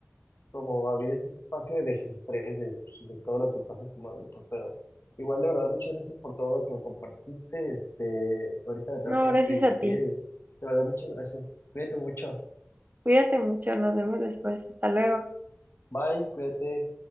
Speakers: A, on the left; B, on the right.
A: como abrir este espacio de desestrés de, pues, de todo lo que pasas como adulto. Pero igual de verdad muchas gracias por todo lo que me compartiste. Este, ahorita me tengo
B: No,
A: que
B: gracias
A: despedir
B: a ti.
A: y de verdad muchas gracias. Cuídate mucho.
B: Cuídate mucho, nos vemos después. Hasta luego.
A: Bye, cuídate.